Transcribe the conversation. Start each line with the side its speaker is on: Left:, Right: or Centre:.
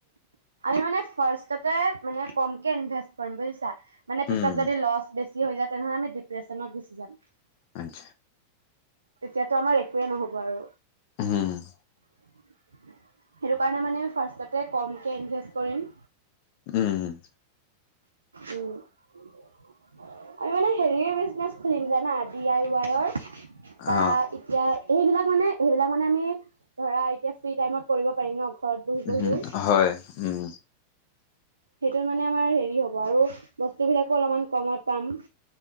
Right: মানে <unintelligible> ফাৰ্ষ্টতে মানে কমকৈ ইনভেষ্ট কৰিম বুজিছা <unintelligible> মানে
Left: উম
Right: পিছত যদি লছ বেছি <unintelligible> হৈ যায় তেনেহলে আমি ডিপ্ৰেচনত গুচি যাম <unintelligible>
Left: আ <inaudible>
Right: তেতিয়াতো আমাৰ একোৱেই নহব আৰু
Left: হম <inaudible>
Right: সেইটো কাৰণে মানে ফাৰ্ষ্টতে কমকে ইনভেষ্ট কৰিম
Left: উম <inaudible>
Right: উ আমি মানে হেৰি বিজনেচ খুলিম জানা ডি আই ৱাইৰ বা
Left: অ
Right: এতিয়া সেইবিলাক মানে সেইবিলাক মানে আমি ধৰা এতিয়া ফ্ৰী টাইমত কৰিব পাৰিম ন ঘৰত বহি
Left: উম
Right: বহিও
Left: হয় উম
Right: সেইটোত মানে আমাৰ হেৰি হ'ব আৰু বস্তুবিলাকো অলপমান কমত পাম